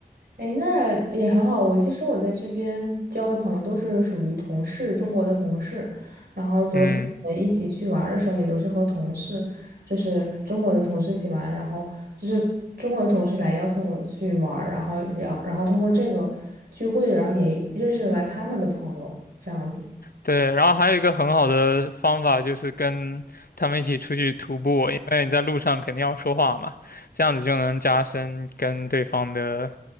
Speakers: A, on the right (about 80°); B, on the left (about 65°).
A: 哎，那也很好。我其实我在这边交的朋友都是属于同事，中国的同事。然后昨天我们一起去玩儿的时候，
B: 嗯。
A: 也都是和同事，就是中国的同事一起玩。然后就是中国的同事来邀请我去玩儿然后聊，然后通过这个聚会，然后也认识了他们的朋友，这样子。
B: 对，然后还有一个很好的方法就是跟他们一起出去徒步，因为你在路上肯定要说话嘛，这样子就能加深跟对方的，